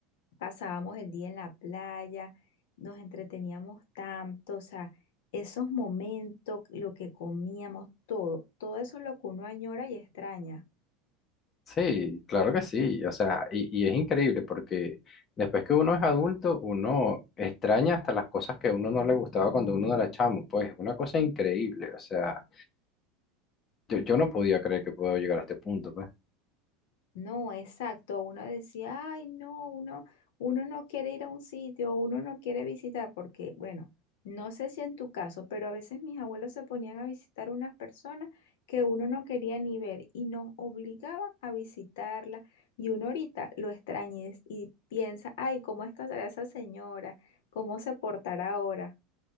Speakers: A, on the left; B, on the left.
A: pasábamos el día en la playa, nos entreteníamos tanto, o sea, esos momentos, lo que comíamos, todo, todo eso es lo que uno añora y extraña.
B: Sí, claro que sí, o sea, y, y es increíble porque después que uno es adulto, uno extraña hasta las cosas que a uno no le gustaba cuando uno era chamo, pues una cosa increíble, o sea, yo, yo no podía creer que puedo llegar a este punto, pues.
A: No, exacto. Uno decía, ay, no, uno, uno no quiere ir a un sitio, uno no quiere visitar, porque, bueno, no sé si en tu caso, pero a veces mis abuelos se ponían a visitar unas personas que uno no quería ni ver y nos obligaban a visitarla. Y uno ahorita lo extraña y, y piensa, ay, ¿cómo estará esa señora? ¿Cómo se portará ahora?